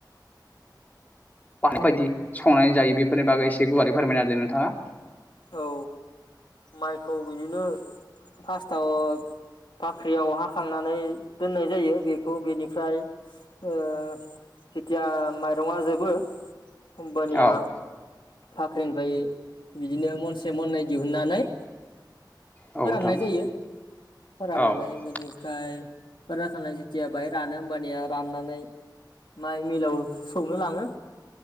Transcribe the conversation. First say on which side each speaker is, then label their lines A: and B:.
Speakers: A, on the left; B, on the left.
A: बाहायबायदि संनानै जायो बेफोरनि बागै एसे गुवारै फोरमायनाहोदों नोंथाङा।
B: औ माइखौ बिदिनो फासटाव फाख्रियाव हाखांनानै दोननाय जायो बेखौ बेनिफ्राय ओ जेथिया माइरङा जोबो होमबानिया
A: औ
B: फाख्रिन बाय बिदिनो मनसे मनै दिहुननानै
A: औ
B: फोराननाय
A: नोंथां
B: जायो फोराननानै
A: औ
B: बेनि फाय फोरा खानाय जेथिया बाहाय रानो होमबानिया राननानै माइ मिलाव सौनो लाङो